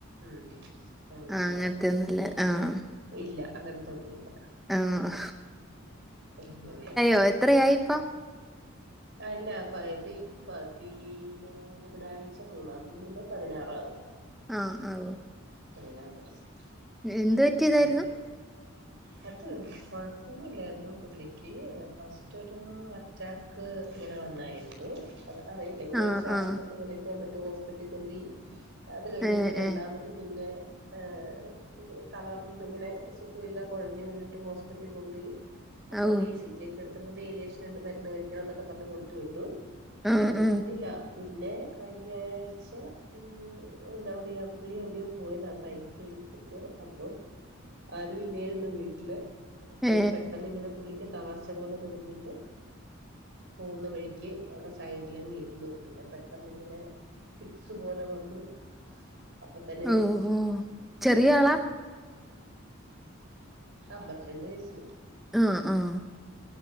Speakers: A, on the right; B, in the centre.
A: ഉം അങ്ങനെ
B: ആഹ് അങ്ങനത്തെയൊന്നുല്ല ആഹ്
A: ഇല്ല അങ്ങൻത്തൊന്നുല്ല
B: ആഹ്
A: അങ്ങനെയാ
B: ഓ എത്രയായിപ്പ
A: ആഹ് ഇല്ലാപ്പ ഇപ്പ ഈ പതിന ബുധനാഴ്ച മൂന്നാന്തി വരുമ്പോ പതിനാറാവും
B: ആഹ് ആഹ് ഓഹ്
A: പതിനാറ് ദിവസം
B: എന്തുപറ്റിയതായിരുന്നു
A: അങ്ങനെ അത് കുഴപ്പൊന്നുല്ലായിരുന്നു പുള്ളിക്ക് ഫസ്‌റ്റൊരു അറ്റാക് ക്ക് ഇങ്ങനെ വന്നായിരുന്നു അത് അറിയില്ലിങ്ങനെ
B: ആഹ്
A: ശ്വാസം
B: ആഹ്
A: മുട്ട് പോലെയൊക്കെ വന്നിട്ട് ഹോസ്പിറ്റലിൽ കൊണ്ടോയി അത് കഴിഞ്ഞപ്പ
B: ഏഹ്
A: രണ്ടാമത്
B: ഏഹ്
A: പിന്നെ ഏഹ് തളർന്നിങ്ങനെ സുഖവില്ല കുഴഞ്ഞ് വീണിട്ട് ഹോസ്പിറ്റലി കൊണ്ടോയി അപ്പൊ
B: ഓഹ്
A: അവര് ഇ സി ജി ഇതെടുത്തപ്പം വേരിയേഷനിണ്ട് മരുന്ന് കഴിക്കണംന്നൊക്കെ പറഞ്ഞ് കൊടുത്തുവിട്ടു
B: ആഹ്
A: പിന്നെ
B: ആഹ്
A: അറിഞ്ഞില്ല പിന്നെ കഴിഞ്ഞാഴ്ച ഉം എന്താ പറയാ പുള്ളി എവിടെയോ പോയതാ സൈക്കിൾ ത്തിട്ട് അപ്പൊ ആരുഇല്ലായി ന്ന് വീട്ടില് അപ്പോണ്ട്
B: ഏ
A: പെട്ടന്നിങ്ങനെ പുള്ളിക്ക് തളർച്ച പോലെ തോന്നീട്ട് പോവുന്ന വഴിക്ക് അവിടെ സൈഡിലങ്ങിരുന്നു പിന്നെ പെട്ടെന്നിങ്ങനെ ഫിക്സ് പോലെ വന്നു അപ്പ തന്നെ
B: ഓ
A: മരിച്ചു
B: ഓ ചെറിയ ആളാ
A: അമ്പത്തിരണ്ട് വയസ്സ്
B: ആഹ് ആഹ്